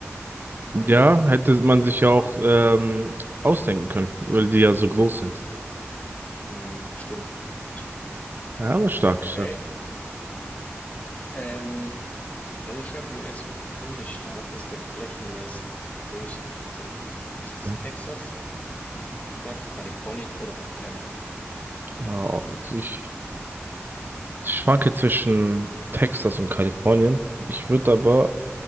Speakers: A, on the left; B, on the right.
A: Naja.
B: ja, hätte man sich ja auch ähm, ausdenken können, weil die ja so groß sind.
A: Hm, stimmt. Stimmt.
B: Ja, aber stark,
A: Okay.
B: stark.
A: Ähm, welcher US-Bundesstaat ist der flächenmäßig größte? Ist es
B: Ja.
A: Texas, Ka- Kalifornien oder Montana?
B: Ja, ich schwanke zwischen Texas und Kalifornien. Ich würde aber